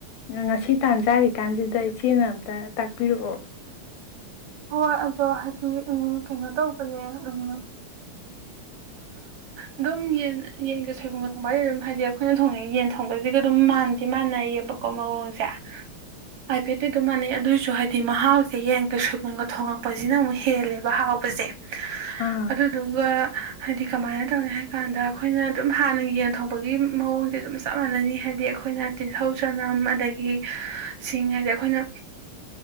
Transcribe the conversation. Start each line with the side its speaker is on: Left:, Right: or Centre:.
Left: ꯉꯁꯤ ꯇꯥꯟ ꯆꯥꯔꯤꯀꯥꯟꯁꯤꯗ ꯏꯆꯦꯅ ꯑꯝꯇ ꯄꯄꯤꯔꯛꯑꯣ
Right: ꯍꯣꯏ ꯑꯗꯣ ꯍꯥꯏꯗꯤ ꯎ ꯀꯩꯅꯣ ꯇꯧꯕꯅꯦ ꯎ ꯑꯗꯨꯝ ꯌꯦꯟ ꯌꯦꯟꯒ ꯁꯣꯏꯕꯨꯝꯒ ꯊꯣꯡꯕꯁ ꯑꯗꯨꯝ ꯍꯥꯏꯗꯤ ꯑꯩꯈꯣꯏꯅ ꯊꯣꯡꯉ ꯌꯦꯟ ꯊꯣꯡꯕꯁꯤꯒ ꯑꯗꯨꯝ ꯃꯥꯟꯅꯗꯦ ꯃꯥꯟꯅꯩꯌꯦꯕꯀꯣ ꯃꯑꯣꯡꯁꯦ ꯍꯥꯏꯐꯦꯠꯇꯤ ꯑꯗꯨꯝ ꯃꯥꯟꯅꯩ ꯑꯗꯨꯑꯣꯏꯁꯨ ꯍꯥꯏꯗꯤ ꯃꯍꯥꯎꯁꯦ ꯌꯦꯟꯒ ꯁꯣꯏꯕꯨꯝ ꯅꯨꯡꯒ ꯊꯣꯉꯛꯄꯁꯤꯅ ꯑꯃꯨꯛ ꯍꯦꯜꯂꯦꯕ ꯍꯥꯎꯕꯁꯦ
Left: ꯑꯥ
Right: ꯑꯗꯨꯗꯨꯒ ꯍꯥꯏꯗꯤ ꯀꯃꯥꯏꯅ ꯇꯧꯅꯤ ꯍꯥꯏ ꯀꯥꯟꯗ ꯑꯩꯈꯣꯏꯅ ꯑꯗꯨꯝ ꯍꯥꯟꯅ ꯌꯦꯟ ꯊꯣꯡꯕꯒꯤ ꯃꯑꯣꯡꯁꯦ ꯑꯗꯨꯝ ꯆꯞ ꯃꯥꯟꯅꯅꯤ ꯍꯥꯏꯗꯤ ꯑꯩꯈꯣꯏꯅ ꯇꯤꯜꯍꯧ ꯆꯅꯝ ꯑꯗꯒꯤ ꯁꯤꯡ ꯍꯥꯏꯗꯤ ꯑꯩꯈꯣꯏꯅ